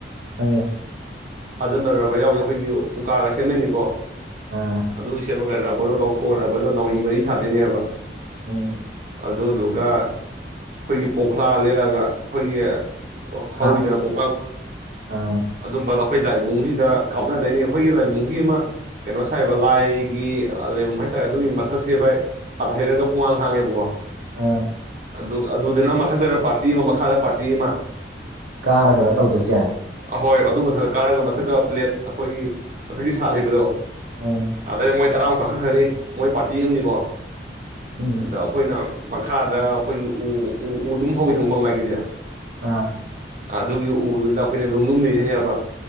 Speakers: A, on the right (about 80°); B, on the right (about 45°).
A: ꯈꯪꯉꯦ
B: ꯍꯥꯖꯝꯗ ꯔꯥꯕꯔ ꯌꯥꯎꯕꯤ ꯑꯩꯈꯣꯏꯒꯤ ꯎꯀꯥꯒ ꯁꯦꯝꯗꯣꯏꯅꯤꯀꯣ
A: ꯑꯥ
B: ꯑꯗꯨꯒ ꯂꯥꯕꯔꯗꯣ ꯂꯧꯊꯣꯛꯑꯒ ꯂꯥꯕꯔꯗꯣ ꯅꯥꯎꯔꯤ ꯃꯔꯨ ꯁꯥꯗꯣꯏꯅꯦꯕ
A: ꯎꯝ
B: ꯑꯗꯨꯗꯨꯒ ꯑꯩꯈꯣꯏꯒꯤ ꯄꯣꯡꯈ꯭ꯂꯥ ꯂꯦꯜꯂꯒ ꯑꯩꯈꯣꯏꯒꯤ ꯍꯧꯋꯤꯗꯅ
A: ꯀꯥꯞꯄꯤ
B: <unintelligible>
A: ꯑꯥ
B: ꯑꯗꯨꯝꯕ ꯑꯩꯈꯣꯏ ꯂꯥꯏꯕꯨꯡꯁꯤꯗ ꯀꯥꯞꯅꯗꯣꯏꯅꯤ ꯑꯩꯈꯣꯏꯒꯤ ꯂꯥꯏꯕꯨꯡꯒꯤ ꯑꯃ ꯀꯩꯅꯣ ꯁꯥꯏꯕ ꯂꯥꯏꯒꯤ ꯂꯩꯐꯝ ꯍꯥꯏꯇꯥꯔꯦ ꯑꯗꯨꯒꯤ ꯃꯊꯛꯁꯦ ꯚꯥꯏ ꯇꯞ ꯍꯩꯔꯒ ꯄꯨꯡꯍꯥꯡ ꯍꯥꯡꯉꯦꯕꯀꯣ
A: ꯑꯥ
B: ꯑꯗꯨ ꯑꯗꯨꯗꯅ ꯃꯊꯛꯇꯅ ꯄꯥꯔꯇꯤ ꯑꯃ ꯃꯈꯥꯗ ꯄꯥꯔꯇꯤ ꯑꯃ
A: ꯀꯥꯔꯒꯅ ꯇꯧꯗꯣꯏꯁꯦ
B: ꯍꯣꯏ ꯑꯗꯨ ꯃꯊꯛꯇ ꯀꯥꯔꯒ ꯃꯊꯛꯇ ꯄ꯭ꯂꯦꯠ ꯑꯩꯈꯣꯏꯒꯤ ꯃꯊꯛꯀꯤ ꯁꯥꯠ ꯍꯩꯕꯗꯣ
A: ꯎꯝ
B: ꯑꯗꯩ ꯃꯣꯏ ꯇꯔꯥꯃꯨꯛ ꯀꯥꯈꯠ ꯈ꯭ꯔꯅꯤ ꯃꯣꯏ ꯄꯥꯔꯇꯤ ꯑꯃꯅꯤꯀꯣ
A: ꯎꯝ
B: ꯑꯗ ꯑꯩꯈꯣꯏꯅ ꯃꯈꯥꯗ ꯑꯩꯈꯣꯏꯒꯤ ꯎ ꯎ ꯎ ꯑꯗꯨꯝ ꯍꯧꯋꯤꯅ ꯎꯃꯪ ꯂꯥꯏꯒꯤꯗꯤ
A: ꯑꯥ
B: ꯑꯗꯨꯒꯤ ꯎꯗꯨꯗ ꯑꯩꯈꯣꯏꯅ ꯂꯨꯝꯂꯨꯝ ꯂꯩꯗꯣꯏꯅꯦꯕ